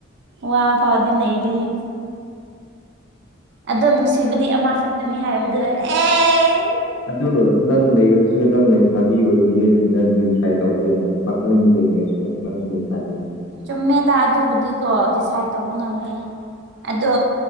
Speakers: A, on the right; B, on the left.
A: ꯋꯥ ꯐꯥꯎꯗꯤ ꯅꯩꯗꯤꯍꯦ ꯑꯗꯣ ꯅꯨꯡꯁꯤꯕꯗꯤ ꯑꯃꯥꯈꯛꯇꯅꯤ ꯍꯥꯏꯕꯗꯣ ꯑꯦ
B: ꯑꯗꯨ ꯅꯪ ꯂꯩꯔꯁꯨ ꯅꯪ ꯂꯩꯁꯥꯕꯤ ꯑꯣꯏꯕꯤꯌꯦ ꯊꯨꯡꯅꯗ꯭ꯔꯤ ꯇ꯭ꯔꯥꯏ ꯇꯧꯕ ꯌꯥꯏꯅ ꯄꯥꯈꯪꯅꯤ ꯀꯩꯅꯣ ꯑꯩꯁꯨ ꯅꯪꯁꯨ ꯂꯩꯁꯕꯤꯅꯤ
A: ꯆꯨꯝꯃꯦꯗ ꯑꯗꯨꯕꯨꯗꯤꯀꯣ ꯗꯤꯁꯥꯏꯠ ꯇꯧꯕ ꯉꯝꯗꯦ ꯑꯗꯣ